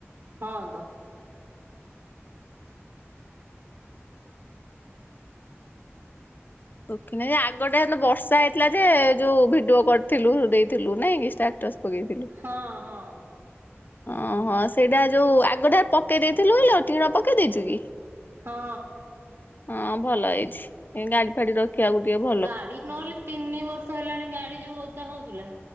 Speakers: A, on the right; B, on the left.
A: ହଁ ଦ
B: ଦଖ ନେଇ ଯେ ନା ଆଗଟା ବର୍ଷା ହେଇଥିଲା ଯେ ଯୋଉ ଭିଡିଓ କରିଥିଲୁ ଦେଇଥିଲୁ ନାଇଁ କିଷ୍ଟାଟସ୍ ପକେଇଥିଲୁ
A: ହଁ ହଁ
B: ଓହୋ ସେଇଟା ଯୋଉ ଆଗଟା ପକେଇ ଦେଇଥିଲୁ କିଲୋ ଟିଣ ପକେଇ ଦେଇଛୁ କି
A: ହଁ
B: ହଁ ଭଲ ହେଇଛି ଏ ଗାଡି ଫାଡି ରଖି ଖିଆ କୁ ଟିକେ ଭ
A: ଗାଡି ନହେଲେ ତିନି ବର୍ଷ ହେଲାଣି ଗାଡି ଯୋଉ ଓଦା ହଉଥିଲା